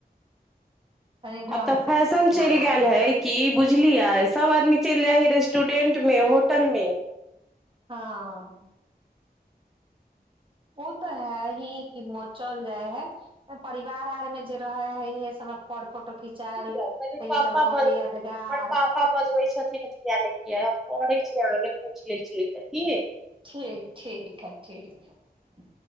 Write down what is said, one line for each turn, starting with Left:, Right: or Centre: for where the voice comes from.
Right: तनी ढंग
Centre: आब तऽ
Right: से
Centre: फैशन
Right: अच्छा से मना
Centre: चलि गेल
Right: लियै
Centre: है कि बुझलियै सभ आदमी चलि जाइ हय रेस्टुरेंट मे होटल मे।
Right: हँ ओ तऽ है हीं कि चल जाय है परिवार आर में जे रहे है इहे सबमे फर फोटो खिचायल
Centre: जाउ क
Right: तऽ ई
Centre: पापा
Right: सब रहल
Centre: ब हमर
Right: यादगार
Centre: पापा बजबै छथिन कििया नहि कििया हम करै छी अहाँके पूछि ले छियै तऽ क
Right: ठीक ठीक हय ठीक हय।